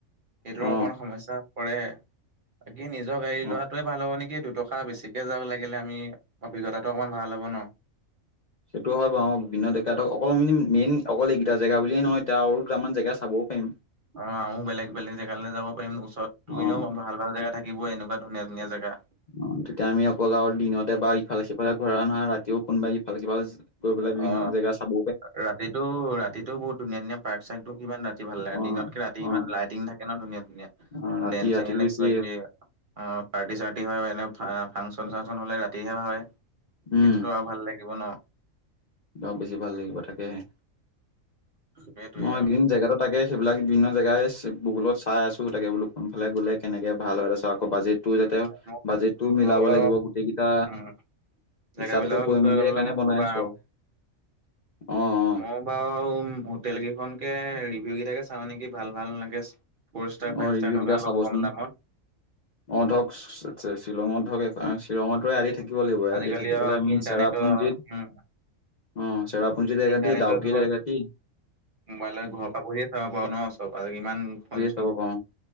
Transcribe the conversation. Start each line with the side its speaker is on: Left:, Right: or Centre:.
Right: সেইটোৰ
Left: অ
Right: অকমান সমস্যা পৰে। বাকী নিজৰ গাড়ী
Left: অ
Right: লোৱাটোৱে ভাল হ'ব নেকি দুট কাৰণ বেছিকে যা লাগিলে আমি অভিজ্ঞতাটো অকমান ভাল হ'ব ন'।
Left: সেইটো হয় বাৰু। বিভিন্ন ডেকাতো অকল আমি মেইন- অকল এইকেইটা জেগা বুলিয়ে নহয়, তিয়া আৰু দুটামান জেগা চাবও পাৰিম
Right: অ' আও বেলেগ - বেলেগ জেগালৈ যাব পাৰিম ওচৰতো এনেও
Left: অ
Right: ভাল ভাল জেগা থাকিব এনেকা, ধুনীয়া - ধুনীয়া জেগা।
Left: অ' তেতিয়া আমি অকল আৰু দিনতে বা ইফালে সিফালে ঘুৰা নহয়, ৰাতিও কোনোবা ইফালে সিফালে ন' বিভিন্ন
Right: অ
Left: জেগা চাব।
Right: ৰাতিটো- ৰাতিটো বহুত ধুনীয়া - ধুনীয়া পাৰ্ক চাৰ্কটো ইমান ৰাতি ভাল লাগে।
Left: অ
Right: দিনতকে ৰাতি
Left: অ
Right: ইমান লাইটিং থাকে কেনে ধুনীয়া - ধুনীয়া।
Left: অ ৰাতি
Right: দেনছেন
Left: ৰাতিটো
Right: এনে
Left: বেছি
Right: কিবাকিবি অ' পাৰ্টি - চাৰ্টি হয়, এনে ফা- ফাংচন - চাংচন হ'লে ৰাতিহে হয়। সেইটোতো
Left: উম
Right: আৰু ভাল লাগিব ন'।
Left: অ' বেছি ভাল লাগিব তাকেহে।
Right: সেইটোয়ে
Left: মই এইকেইদিন
Right: আৰু
Left: জেগাটোত তাকে, সেইবিলাক বিভিন্ন জেগাই চ- গুগুলত চাই আছোঁ। তাকে বোলো কোনফালে গ'লে কেনেকে ভাল হয়। তাছত আকৌ বাজেট টো যাতে-
Right: মোক
Left: বাজেটটো
Right: অলপ
Left: মিলাব
Right: অলপ
Left: লাগিব গোটেইগিটা
Right: উম জেগাবিলাকৰ
Left: হিচাপটো কৰি-মেলি
Right: বিষয়ে অলপ
Left: সেইকাৰণে
Right: অলপ মোক
Left: বনাই
Right: ক'বা
Left: আছোঁ আৰু। অ'।
Right: মই বাৰু হোটেল কেইখনকে ৰিভিউ কেইটাকে চাওঁ নেকি ভাল - ভাল এনেকে ফ'ৰ ষ্টাৰ,
Left: অ অ
Right: ফাইভ
Left: ৰিভিউ
Right: ষ্টাৰ
Left: কেইটা
Right: থকা অলপ
Left: চাবচোন
Right: কম দামত।
Left: অ' ধৰক ছ- শ্বিলঙত ধৰক শ্বিলঙতো এৰাতি থাক থাকিব লাগিব। এৰাতি
Right: আজিকালি
Left: থাকি
Right: আৰু
Left: পেলাই আমি
Right: ইণ্টাৰনেটৰ
Left: চেৰাপুঞ্জিত
Right: উম
Left: অ' চেৰাাপুঞজিত একৰাতি,
Right: ইণ্টাৰনেটৰ
Left: দাউকিত
Right: যুগত
Left: একৰাতি
Right: মোবাইলৰ ঘৰ পা পঢ়িয়ে চাব পাৰোঁ ন', চব আজি ইমান ফন
Left: চাব কওঁ।